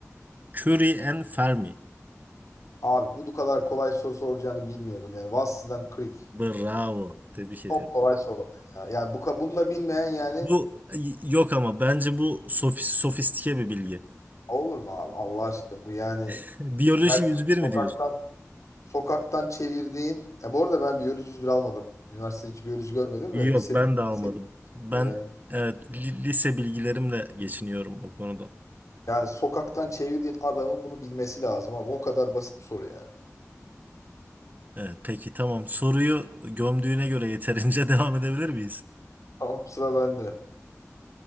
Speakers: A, on the right (about 35°); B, on the left (about 75°).
A: Curie and Fermi.
B: Abi bu kadar kolay soru soracağını bilmiyordum yani. Vass'dan Creek.
A: Bravo. Tebrik
B: Çok
A: ediyorum.
B: kolay sordun ya. Yani bu ka- bunu da bilmeyen yani
A: Bu yok ama bence bu sofis, sofistike bir bilgi.
B: olur mu abi? Allah aşkına bu yani
A: <laughs> Biyoloji
B: her şey
A: 101 mi
B: sokaktan
A: diyorsun?
B: sokaktan çevirdiğin. Ya bu arada ben biyoloji 101 almadım. Üniversitede hiç biyoloji görmedim
A: Yok
B: de lise,
A: ben de almadım.
B: lise
A: Ben
B: yani.
A: evet, li- lise bilgilerimle geçiniyorum bu konuda.
B: Yani sokaktan çevirdiğin adamın bunu bilmesi lazım abi. O kadar basit bir soru yani.
A: Evet peki tamam. Soruyu gömdüğüne göre yeterince <laughs> devam edebilir miyiz?
B: Tamam sıra bende.